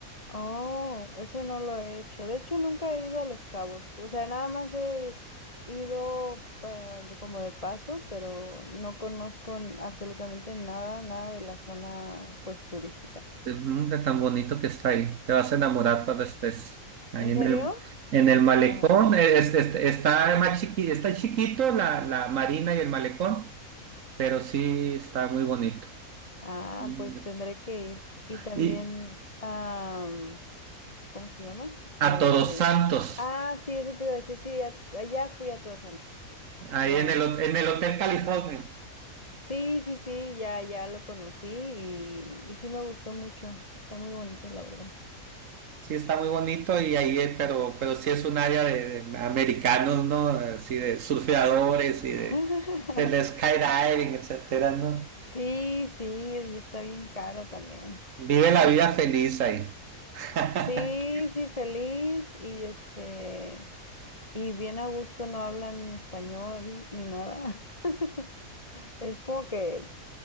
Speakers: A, on the left; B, on the right.
A: Oh, ese no lo he hecho. De hecho, nunca he ido a Los Cabos. O sea, nada más he ido pa- como de paso, pero no conozco absolutamente nada, nada de la zona pues turística.
B: Es un hombre tan bonito que está ahí, te vas a enamorar cuando estés ahí
A: ¿En serio?
B: en el, en el malecón,
A: Ajá.
B: Es- es- está más chiqui, está chiquito la, la marina y el malecón pero sí está muy bonito.
A: Ah,
B: Mm.
A: pues tendré que ir. Y también,
B: Y
A: am, ¿cómo se llama?
B: a
A: Eh,
B: Todos Santos,
A: ah, sí, eso te iba a decir. Sí, a- allá fui a Todos Santos.
B: ahí
A: Ya.
B: en el, ho- en el Hotel California,
A: Sí, sí, sí, ya, ya lo conocí y, y sí me gustó mucho. Está muy bonito, la verdad.
B: sí está muy bonito y ahí, eh, pero, pero sí es un área de, de americanos, ¿no? Así de surfeadores y
A: <laughs>
B: de, del skydiving, etcétera, ¿no?
A: Sí, sí, y está bien caro también.
B: Vive la vida feliz ahí. <laughs>
A: Sí, sí, feliz y este. Y bien a gusto no hablan español ni nada. <laughs> Es como que